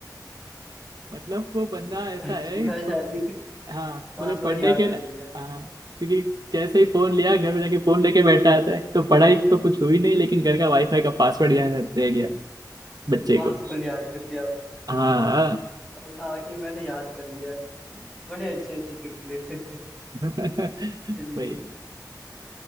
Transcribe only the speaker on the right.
मतलब वो
बंदा ऐसा
है
छो,
हाँ
बोले पढ़ने
के
ना
हाँ क्योंकि जैसे ही फोन लिया घर में जाके फोन लेके बैठा रहता है तो पढ़ाई तो कुछ हुई नहीं लेकिन घर का वाईफाई का पासवर्ड यहाँ रह गया बच्चे
को
हाँ
<laughs>
वही